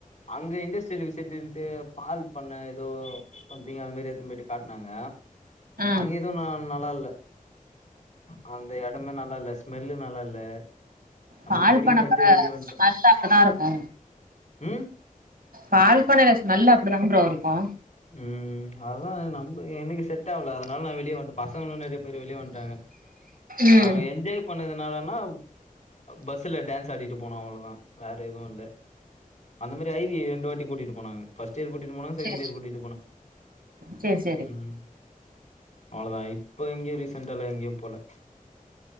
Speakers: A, on the left (about 55°); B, on the right (about 80°).
A: அங்க இண்டஸ்ட்ரியல் விசிட்டுனுடு பால் பண்ண ஏதோ சம்திங் அது மாரி எதுதிடுத்துன்ன போயிட்டு காட்டுனாங்க
B: ஆ
A: அங்க எது நா நல்லா இல்ல ஆ அந்த எடமே நல்லா இல்ல ஸ்மெல்லு நல்லா இல்ல நம்மளுக்கு
B: பால்
A: புடிக்கலன்ட்டு
B: பண்ண தான
A: வெளிய வந்ட்டே
B: ஸ்மெல்லு அப்டி தா இருக்கு
A: ம்
B: பால் பண்ணையில ஸ்மெல்லு அப்டிதான ஃப்ரோ இருக்கு
A: ம் ம் அதா நம்ம எனக்கு செட் ஆவல அதனால நா வெளிய வன்ட்டே பசங்களு நெறைய பேர் வெளிய வட்டாங்க
B: ம்
A: நாங்க எஞ்சாய் பண்ணதுனாலனா பஸ்ல டான்ஸ் ஆடிட்டு போனோ அவ்ளோதா வேற எதுவு இல்ல அந்த மாரி ஐ வி ரெண்டு வாட்டி கூட்டிட்டு போனாங்க ஃபஸ்ட் இயர் கூட்டிட்டு போனாங்க செகண்ட்
B: சேரி
A: இயர் கூட்டிட்
B: சேரி சேரி
A: ம் அவ்ளோ தா இப்ப எங்கேயு ரீசன்டால்ல எங்கேயு போல்ல